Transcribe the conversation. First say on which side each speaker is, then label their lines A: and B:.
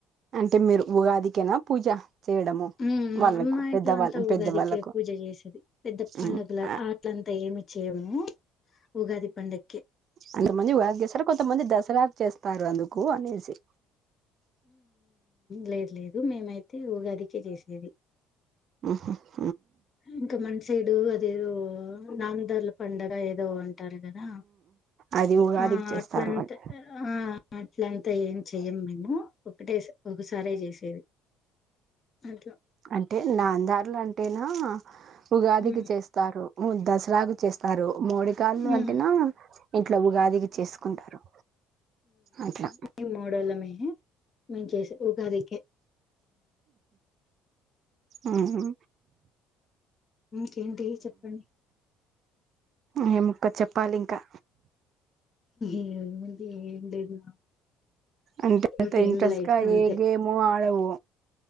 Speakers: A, on the right; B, on the left.
A: అంటే మీరు ఉగాదికేనా పూజ చేయడము
B: ఉ
A: వాళ్ళకు
B: అమ్మా ఇంట్లో
A: పెద్దవాళ్ళ
B: అంతా ఉగాదికే
A: పెద్దవాళ్ళకు
B: పూజ చేసేది పెద్ద పండుగల
A: ఉమ్ ఆ
B: ఆట్లంతా ఏమి చేము ఉగాది పండగ
A: అంతమంది వాగస్తారు కొంతమంది దసరాకు చేస్తారు అందుకు అనేసి
B: లేదు లేదు మేమైతే ఉగాదికే చేసేది
A: ఆహా
B: ఇంకా మన్ సైడు అదేదో నాన్నదళ పండగ ఏదో అంటారు కదా
A: అది ఉగాదికి
B: ఆ
A: చేస్తారు
B: అట్లంతా
A: వాళ్ళు
B: ఆ అట్లంతా ఏం చెయ్యం మేము ఒకటే ఒకసారే చేసేది అట్లా
A: అంటే నాందారులు అంటేనా ఉగాదికి
B: హ్మ్
A: చేస్తారు దసరాకు చేస్తారు మూడి కాళ్ళ
B: హ్మ్
A: అంటేనా ఇంట్లో ఉగాది అదిగి చేసుకుంటారు అట్లా
B: మీ మోడలమే మే చేసి ఉగాదికె
A: ఆహా
B: ఇంకేంటి చెప్పండి
A: మేముక్క చెప్పాలి ఇంకా
B: ఏముంది ఏం లేదు
A: అంటే
B: రొటీన్
A: ఇంట్రెస్ట్గా
B: లైఫ్ అంతే
A: ఏ గేమ్ లేవు